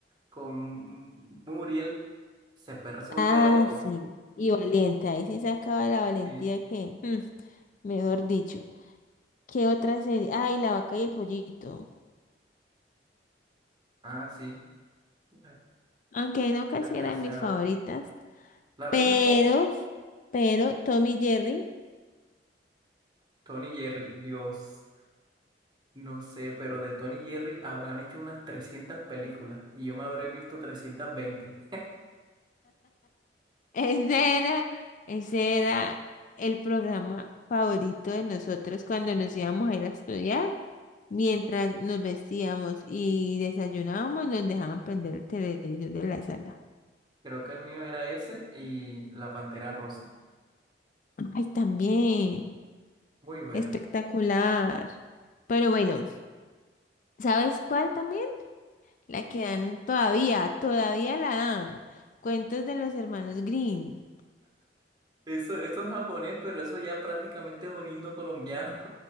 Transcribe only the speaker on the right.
con Muriel, ese perro se volvía
loco.
Sí.
Ah, sí, la,
la alcancé
a
ver. La vi
muy poco.
Tony Jerry, Dios, no sé, pero de Tony Jerry habrán hecho unas 300 películas y yo me habré visto 320.
Creo que el mío era ese y La Pantera Rosa.
Muy bueno.
Eso, esto es japonés, pero eso ya prácticamente es un himno colombiano.